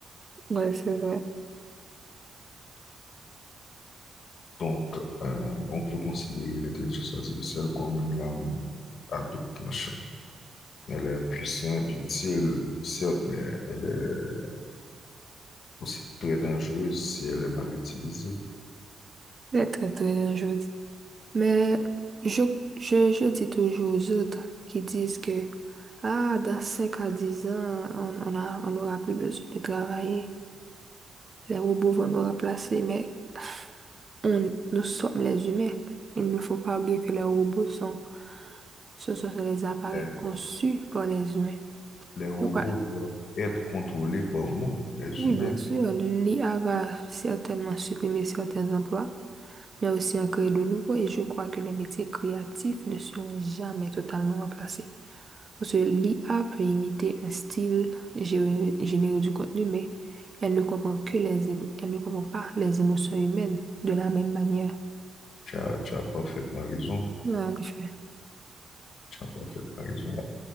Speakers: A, on the right (about 25°); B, on the left (about 60°).
A: Ouais, c'est vrai.
B: Donc, euh, on peut considérer l'intelligence artificielle comme une lame à double tranchant. Elle est puissante, utile, certes, mais elle est aussi très dangereuse si elle est mal utilisée.
A: C'est très, très dangereux. Mais je, je, je dis toujours aux autres qui disent que, ah, dans 5 à 10 ans, on, on a, on n'aura plus besoin de travailler. Les robots vont nous remplacer, mais on, nous sommes les humains. Il ne faut pas oublier que les robots sont, ce sont les appareils
B: Elle-
A: conçus par les humains.
B: les robots
A: Donc,
B: doivent être contrôlés par nous, les
A: Oui,
B: humains.
A: bien sûr, l'IA va certainement supprimer certains emplois, mais aussi en créer de nouveaux et je crois que les métiers créatifs ne seront jamais totalement remplacés. Parce que l'IA peut imiter un style, gé- générer du contenu, mais elle ne comprend que les émo- elle ne comprend pas les émotions humaines de la même manière.
B: Tu as, tu as parfaitement raison.
A: Ouais, en effet.
B: Tu as parfaitement raison.